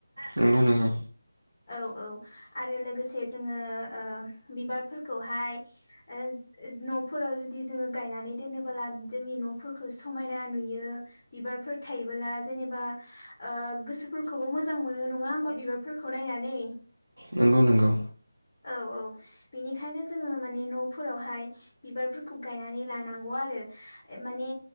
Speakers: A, on the right; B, on the left.
A: नंगौ नंगौ
B: औ औ आरो लोगोसे जोंङो ओ बिबारफोरखौहाय ओ <unintelligible> न'फोराव जुदि जोंङो गायनानै दोनोबोला जोंनि न'फोरखौ समायना नुयो बिबारफोर थायोबोला जेनेबा आ गोसोफोरखौबो मोजां मोनो नङा होमबा बिबारफोरखौ नायनानै
A: नंगौ नंगौ
B: औ औ बिनि खायनो जोङो माने न'फोरावहाय बिबारफोरखौ गायनानै लानांगौ आरो माने